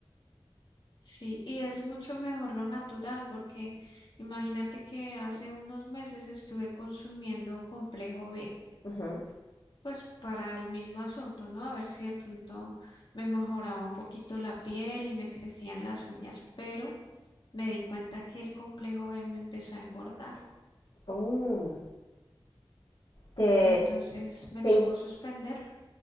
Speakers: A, on the left (about 50°); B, on the left (about 80°).
A: Sí, y es mucho mejor lo natural, porque imagínate que hace unos meses estuve consumiendo complejo B,
B: Ujú.
A: pues para el mismo asunto, ¿no? A ver si de pronto me mejoraba un poquito la piel y me crecían las uñas, pero me di cuenta que el complejo B me empezó a engordar,
B: Oh, ¿Te,
A: entonces me
B: te
A: tocó
B: in-
A: suspenderlo.